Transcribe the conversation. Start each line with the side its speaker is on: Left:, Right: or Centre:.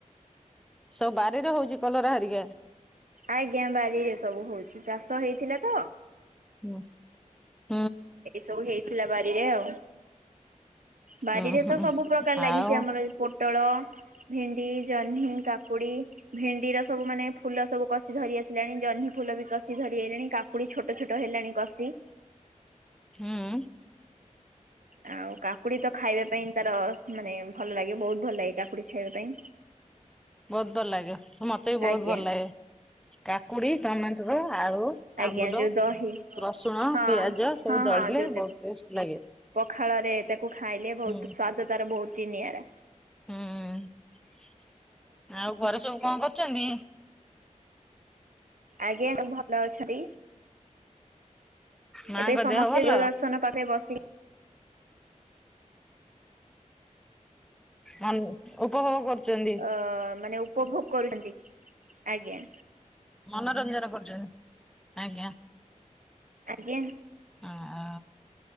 Centre: ସବୁ ବାରିରେ ହଉଚି କଲରା ହେରିକା
Right: ଆଜ୍ଞା ବାରିରେ ସବୁ ହଉଚି ଚାଷ ହେଇଥିଲା ତ
Centre: ହୁଁ।
Right: ଏସବୁ ହେଇଥିଲା ବାରିରେ ଆଉ। ବାରିରେ
Centre: ହୁଁ ହୁଁ
Right: ତ ସବୁ ପ୍ରକାର ଲାଗିଚି
Centre: ଆଉ
Right: ଆମର ପୋଟଳ ଭେଣ୍ଡି ଜହ୍ନି, କାକୁଡି ଭେଣ୍ଡିର ସବୁ ମାନେ ଫୁଲ ସବୁ କଷି ଧରି ଆସିଲାଣି ଜହ୍ନି ଫୁଲ ବି କଷି ଧରି ହେଲାଣି କା କକୁଡି ଛୋଟ ଛୋଟ ହେଲାଣି କସି
Centre: ହୁଁ।
Right: ଆଉ କାକୁଡି ତ ଖାଇବା ପାଇଁ ତାର ମାନେ ଭଲ ଲାଗେ ବହୁତ ଭଲ ଲାଗେ କାକୁଡି ଖାଇବା ପାଇଁ।
Centre: ବହୁତ ଭଲ ଲାଗିବ ମତେ ବି ବହୁତ
Right: ଆଜ୍ଞା
Centre: ଭଲ ଲାଗେ କାକୁଡି ଟମାଟର ଆଳୁ
Right: ଆଜ୍ଞା
Centre: ଆମ୍ବୁଲ,
Right: ଯୋଉ ଦହି
Centre: ରସୁଣ,
Right: ହଁ
Centre: ପିଆଜ ସବୁ
Right: ହଁ
Centre: ଦଳିଲେ
Right: ହଁ ଯୋଉ ତାକୁ
Centre: ବହୁତ ଟେଷ୍ଟ ଲାଗେ
Right: ପଖାଳରେ ତାକୁ ଖାଇଲେ ବହୁତ
Centre: ହୁଁ
Right: ସ୍ଵାଦ ତାର ବହୁତ ହି ନିଆରା।
Centre: ହୁଁ ଆଉ ଘରେ ସବୁ କଣ କରୁଚନ୍ତି?
Right: ଆଜ୍ଞା, ସବୁ ଭଲ ଅଛନ୍ତି।
Centre: ମାଙ୍କ
Right: ଏବେ ସମସ୍ତେ
Centre: ଦେହ ଭଲ?
Right: ଦୂରଦର୍ଶନ ପାଖରେ ବସି
Centre: ମନ ଉପଭୋଗ କରୁଚନ୍ତି।
Right: ତ ମାନେ ଉ ଉପଭୋଗ କରୁଚନ୍ତି ଆଜ୍ଞା।
Centre: ମନୋରଞ୍ଜନ କରୁଚନ୍ତି ଆଜ୍ଞା।
Right: ଆଜ୍ଞା।
Centre: ଅ ହ।